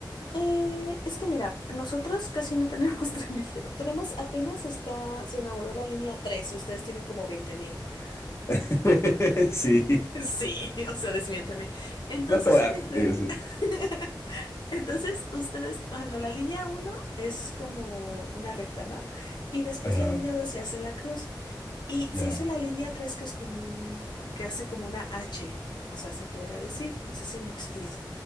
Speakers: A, on the left; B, on the left.
A: Eh, es que mira, nosotros casi no tenemos <laughs> tren ligero. Tenemos apenas está, se inauguró la línea 3 y ustedes tienen como veinte mil. <laughs>
B: <laughs> Sí,
A: Sí, o sea, desmiénteme. Entonces,
B: no te voy a
A: haz de
B: mentir,
A: cuenta.
B: sí.
A: <laughs> Entonces, ustedes, por ejemplo, la línea uno es como una recta, ¿no? Y después
B: Ajá.
A: la línea 2 ya hace la cruz. Y
B: Ya.
A: se hizo la línea 3 que es como un, que hace como una H. O sea, se podría decir, no sé si me explico.